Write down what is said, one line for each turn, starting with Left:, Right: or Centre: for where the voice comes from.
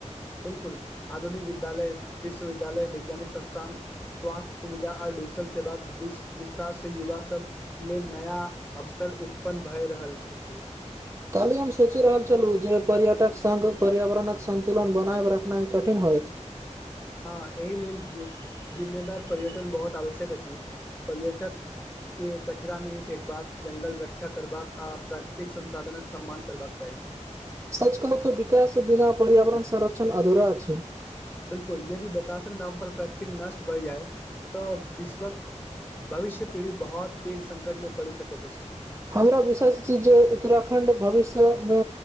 Left: 'बिलकुल' आधुनिक विद्यालय, विश्वविद्यालय, वैज्ञानिक संस्थान, स्वास्थ्य सुविधा आ डिजिटल सेवाक, विस्तार से युवा सभ लेल, नया अवसर उत्पन्न भए रहल। होइत अछि।
Right: काल्हि हम सोचि रहल छलहुँ जे, पर्यटक संग पर्यावरणक संतुलन बनाब रखनाइ कठिन होयइत।
Left: हँ एहि लेल जिम्मेदार पर्यटन बहुत आवश्यक अछि। पर्यटक। के, कचरा नहि फेेकबाक, जंगल रक्षा करबाक, आ प्राकृतिक संसाधनक सम्मान करबाक चाही।
Right: सच कहू त, विकास बिना पर्यावरण संरक्षण अधूरा अछि।
Left: 'बिलकुल' यदि प्रकाशन नाम पर प्रकृतिक नष्ट भ जाइ तऽ बिश्वक भविष्य पीढ़ी बहुत पेघ संकट मे पड़ि सकैत अछि।
Right: हमरा विशेष छै जे उत्तराखण्ड भविष्य मे,